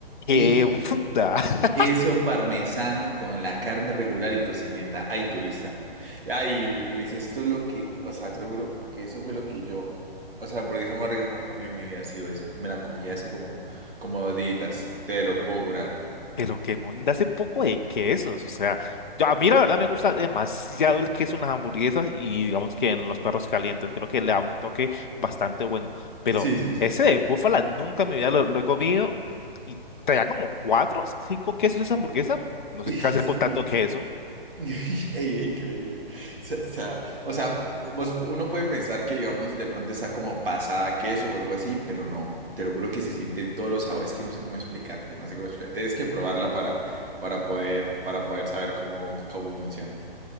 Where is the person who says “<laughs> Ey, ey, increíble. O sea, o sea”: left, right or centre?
Right